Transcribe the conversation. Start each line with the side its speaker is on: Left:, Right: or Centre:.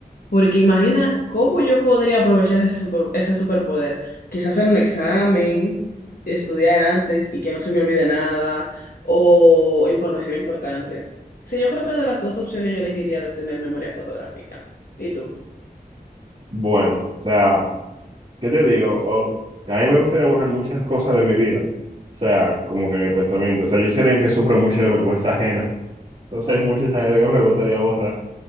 Left: porque imagina cómo yo podría aprovechar ese super- ese superpoder. Quizás hacer un examen, estudiar antes y que no se me olvide nada, o información importante. Sí, yo creo que de las dos opciones yo elegiría tener memoria fotográfica. ¿Y tú?
Right: Bueno, o sea... ¿Qué te digo? O- a mí me gustaría borrar muchas cosas de mi vida. O sea, como que de pensamiento. O sea, yo soy alguien que sufre mucho de vergüenza ajena. Entonces hay muchas cosas que me gustaría borrar.